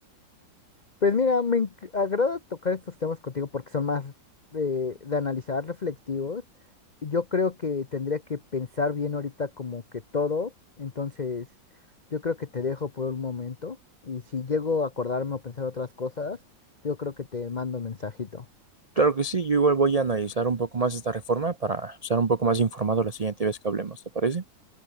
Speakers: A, on the left (about 90°); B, on the right (about 75°).
A: Pues mira, me enc- agrada tocar estos temas contigo porque son más eh, de analizar, reflexivos. Yo creo que tendría que pensar bien ahorita como que todo, entonces yo creo que te dejo por un momento y si llego a acordarme o pensar otras cosas, yo creo que te mando un mensajito.
B: Claro que sí, yo igual voy a analizar un poco más esta reforma para estar un poco más informado la siguiente vez que hablemos, ¿te parece?